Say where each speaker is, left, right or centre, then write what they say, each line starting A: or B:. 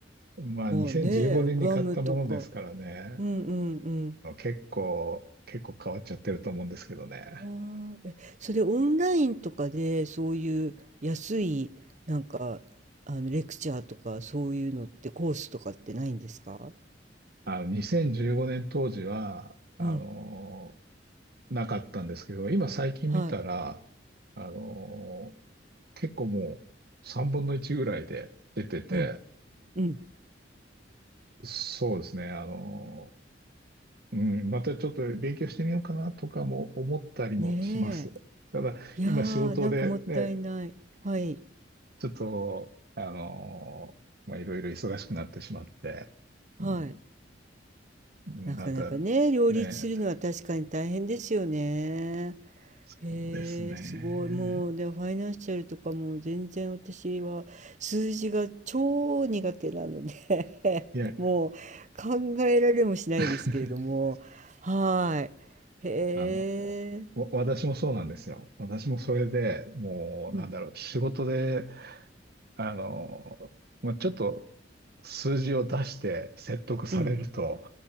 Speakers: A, on the right (about 60°); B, on the right (about 40°).
A: まあ、2015年に買ったものですからね、
B: あ、ねえ、グアムとか。うんうん
A: 結構、結構変わっちゃってると思うんですけどね。
B: ああ、え、それオンラインとかでそういう安いなんかあのレクチャーとかそういうのってコースとかってないんですか
A: あの、2015年当時は、あの、
B: うん、
A: なかったんですけど、今最近見たら、
B: はい、
A: あの、結構もう3分の1ぐらいで出てて、
B: うん、うん。
A: そうですね、あの、うん、またちょっと勉強してみようかなとかも思ったりもします。
B: ね
A: ただ、
B: え。いやー、
A: 今仕事でね、
B: なんかもったいない。はい、
A: ちょっと、あのーまあ、いろいろ忙しくなってしまって、
B: はい。
A: うん、うんまた、
B: なかなかね、両立するのは確かに大変ですよね。
A: ね、そうですね。
B: へえ、すごい。もう、でもファイナンシャルとかも全然私は数字が超苦手なので
A: いや、
B: <laughs> もう考えられもしないですけれども。
A: <laughs>
B: はーい。へえ。
A: あの、わ私もそうなんですよ。私もそれでもう、
B: うん、
A: なんだろう、仕事で、あの、まあ、ちょっと数字を出して説得されると、
B: うん、